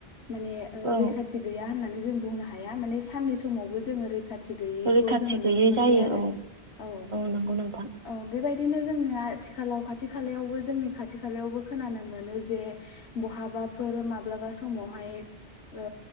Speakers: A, on the left (about 80°); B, on the right (about 30°).
A: माने
B: औ
A: रैखाथि गैया होननानै जों बुंनो हाया माने साननि समावबो जोङो खाथि गैयिखौ
B: रैखाथि
A: जोङो नुनो
B: गैयै
A: मोनबाय
B: जायो
A: आरो
B: औ
A: औ
B: नंगौ नोंथां
A: औ बेबायदिनो जोंनि आथिखालाव खाथि खालायावबो जोंनि खाथि खालायावबो खोनानो मोनो जे बहाबाफोर माब्लाबा समावहाय ओ